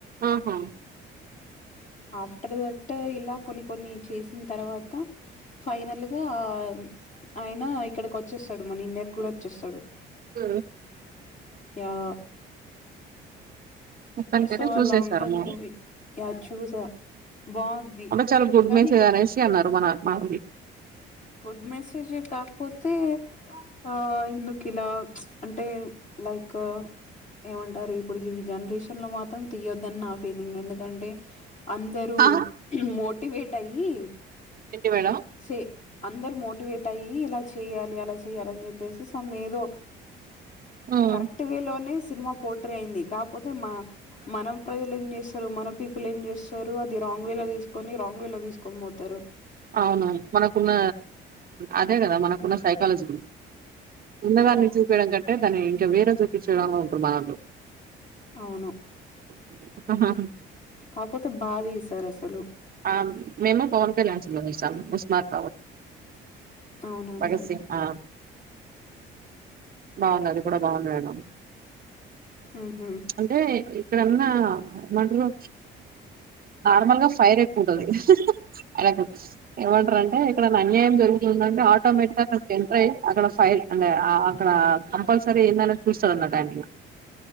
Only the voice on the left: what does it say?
ఆఫ్టర్ దట్ ఇలా కొన్ని కొన్ని చేసిన తర్వాత ఫైనల్గా ఆ ఆయన ఇక్కడకి వచ్చేస్తాడు మన ఇండియాకి కూడా వచ్చేస్తాడు
యా
సో
అలా ఉంటది
మూవీ యా చూసా బాగుంది
కానీ
గుడ్ మెసేజ్ కాకపోతే ఆ ఎందుకు ఇలా అంటే లైక్ ఏమంటారు ఇప్పుడు ఈ జనరేషన్ లో మాత్రం తీయొద్దని నా ఫీలింగ్ ఎందుకంటే అందరూ
మోటివేట్ అయ్యి
సే అందరు మోటివేట్ అయ్యి ఇలా చేయ్యాలి అలా చేయాలని చెప్పేసి సమ్ ఏదో
కరెక్ట్ వే లోనే సినిమా పోట్రే అయింది కాకాపోతే మ మనం ప్రజలు ఏం చేస్తారు మన పీపుల్ ఏం చేస్తారు అది రాంగ్ వే లో తీసుకొని రాంగ్ వే లో తీసుకొని పోతారు
యా
అవును
కాకపోతే బాగా తీసారు అసలు
అవునండి
ఉహు